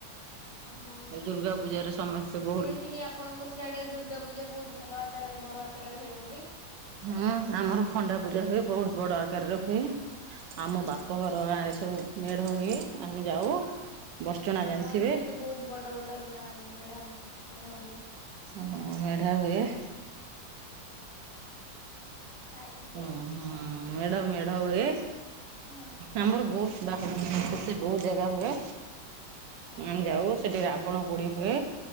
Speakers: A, on the left; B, on the right.
A: ହଁ।
B: ଦୁର୍ଗା ପୂଜା ରେ ସମସ୍ତେ ସ
A: ଶୁଣିଥିଲି ଆପଣଙ୍କ ସିଆଡ଼େ ଦୁର୍ଗା ପୂଜା ବହୁତ ଭଲ ଆକାରରେ ବଡ଼ ଆକାରରେ ହୁଏ ବୋଲି
B: ହୁଁ ଆମର ଖଣ୍ଡା ପୂଜା ହୁଏ ବହୁତ ବଡ ଆକାରରେ ହୁଏ ଆମ
A: ଆଜ୍ଞା
B: ବାପ ଘ ଗାଁରେ ସବୁ ମେଢ ହୁଏ ଆମେ ଯାଉ ବର୍ଚଣା
A: ହୁଁ
B: ଜାଣିଥିବେ
A: ଆମ ଏଇଠି ବି ତ ବହୁତ ବଡ ବଡ ମ ମେଢା ମେଢ ହୁଏ।
B: ହ ମେଢା ହୁଏ।
A: ଆଜ୍ଞା
B: ହଁ ହଁ ମେଢ ମେଢ ହଏ।
A: ହଁ
B: ଆମର ବହୁତ ବାହାଘ ସେ ବହୁତ ଜାଗା ହୁଏ
A: ଆଜ୍ଞା
B: ଆମେ ଯାଉ ସେଠି ରାବଣ ପୋଡି ହୁଏ।